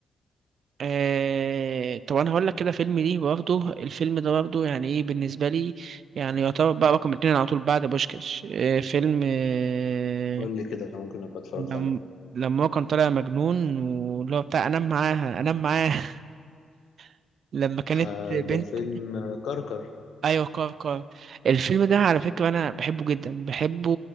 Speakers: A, on the right; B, on the left.
A: آه... طب انا هقول لك كده فيلم ليه برضه الفيلم ده برضه يعني ايه بالنسبه لي يعني يعتبر بقى رقم اتنين على طول بعد بوشكاش آه... فيلم آه...
B: قول لي كده ممكن أبقى اتفرجت
A: لما
B: عليه
A: لما هو كان طالع مجنون واللي هو بتاع انام معاها انام معاها <laughs> لما كانت
B: آه
A: بنت
B: ده فيلم كركر
A: ايوه كار كار الفيلم ده على فكره انا بحبه جدا بحبه